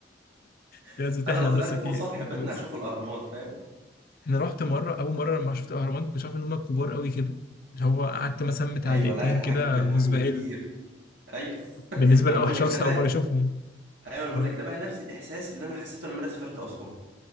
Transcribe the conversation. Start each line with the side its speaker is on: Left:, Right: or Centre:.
Left: في
Right: <laughs>
Left: ناس بتحلم
Right: انا لو طلعت
Left: بس تيجي
Right: فوق سطح بيتنا
Left: بس
Right: هشوف الاهرامات فاهم
Left: أنا رحت مرة أول مرة لما شفت الأهرامات ما كنتش عارف إن هم كبار قوي كده اللي هو قعدت مثلا بتاع
Right: ايوه
Left: دقيقتين
Right: لا الحجم
Left: كده
Right: الحجم
Left: مسبهل
Right: كبير ايوه <laughs> ما
Left: بالنسبة
Right: انا
Left: لأول
Right: بقول لك
Left: شخص
Right: ده بقى
Left: أول مرة أشوفهم
Right: ايوه انا
Left: اه
Right: بقول لك ده بقى نفس الاحساس اللي انا حسيته لما انا سافرت اسوان